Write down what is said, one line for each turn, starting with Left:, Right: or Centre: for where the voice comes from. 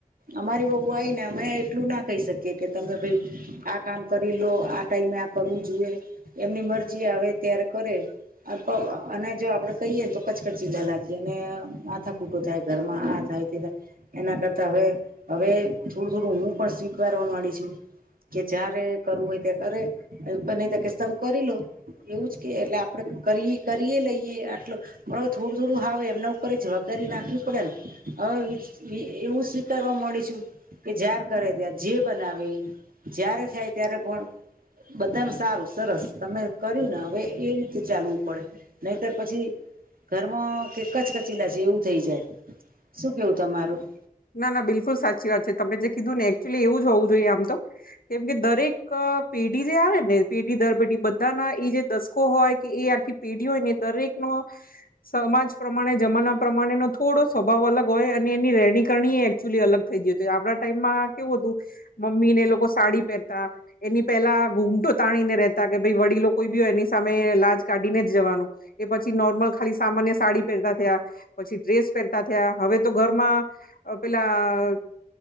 Right: અમારી વહુ આઇને અમે એટલું ના કહી શકીયે કે તમે ભઈ આ કામ કરી લો, આ ટાઈમે આ કરવું જુએ, એમની મરજી આવે ત્યારે કરે. <unintelligible> અને જો આપડે કહીએ તો કચકચ ચીલા લાગીએ અને માથાકુટો થાય. ઘરમાં આ થાય તે થાય. એના કરતા હવે -હવે થોડું -થોડું હું પણ સ્વીકારવા માંડી છું. કે જયારે કરવું હોય ત્યા કરે. <unintelligible> નહીતો કેસે તમે કરી લો. એવુંજ કેય એટલે આપડે કરી કરીએ લઈએ આટલું. પણ હવે થોડું -થોડું હાવ એમના ઉપર એ જવાબદારી નાખવી પડેને હવે એ એવું સ્વીકારવા મોડી છું. કે જ્યાંર કરે ત્યારે જે બનાવે એ, જયારે થાય ત્યારે પણ બધાનુ સારું. સરસ તમે કર્યુંને હવે એ રીતે ચાલવું પડે, નહીતર પછી ઘરમાં કેકચ કચીલા જેવું થઈ જાય, શું કેવું તમારું?
Left: ના -ના બિલકુલ સાચી વાત છે તમે જે કીધુંને એકક્ચુલી એવુંજ હોવું જોઈએ આમ તો. કેમ કે દરેક પેઢી જે આવેને પેઢી દર પેઢીએ બધાના એ જે દસકો હોય કે એ આખી પેઢી હોયને એ દરેકનો સમાજ પ્રમાણે જમાના પ્રમાણેનો થોડો સ્વભાવ અલગ હોય અને એની રહેણી કરણી એકચુલી અલગ થઈ ગયું હતુ. આપડા ટાઈમમાં કેવું હતું મમ્મીને એલોકો સાડી પહેરતા. એની પહેલા ઘૂમટો તાણીને રહેતા કે ભાઈ વડીલો કોઈ બી હોય એની સામે લાજ કાઢીને જવાનું. એ પછી નોર્મલ ખાલી સામાન્ય સાડી પહેરતા થયા. પછી ડ્રેસ પહેરતા થયા. હવે તો ઘરમાં પેલા